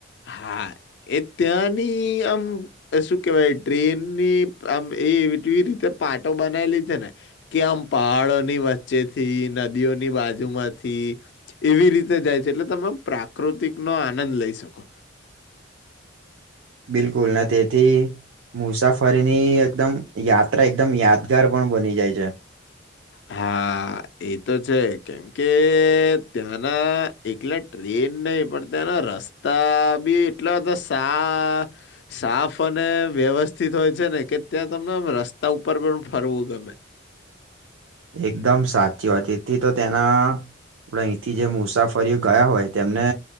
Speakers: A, on the left; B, on the right.
A: હા એ ત્યાંની આમ શું કેવાય ટ્રેનની આમ એવી કેવી રીતે પાટો બનાવેલી છે ને કે આમ પહાડોની વચ્ચેથી નદીઓની ની બાજુમાંથી એવી રીતે જાય છે એટલે તમે પ્રાકૃતિકનો આનંદ લઈ શકો.
B: બિલકુલ નથી તી. મુસાફરીની એકદમ યાત્રા એકદમ યાદગાર પણ બની જાય છે.
A: હા. હ એ તો છે કેમકે ત્યાંના એકલે ટ્રેન નહી પણ ત્યાંના રસ્તા બી એટલે તો સા સાફ ને વ્યવસ્થિત હોય છે ને કે ત્યાં તમને એમ રસ્તા ઉપર પણ ફરવું ગમે.
B: એકદમ સાચી હતી તો તેના. આપણે અહીંથી જે મુસાફરીઓ ગયા હોય તેમને